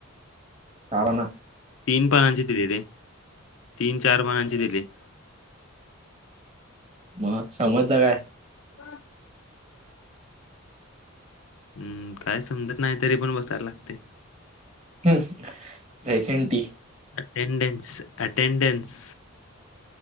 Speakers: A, on the right; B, on the left.
A: चार ना.
B: तीन पानांचे दिले रे तीन, चार पानांचे दिले.
A: मग समजलं काय?
B: बग. हम्म काय समजत नाही तरी पण बसायला लागतय.
A: हम्म हाय सेंट
B: अटेडेन्स, अटेडेन्स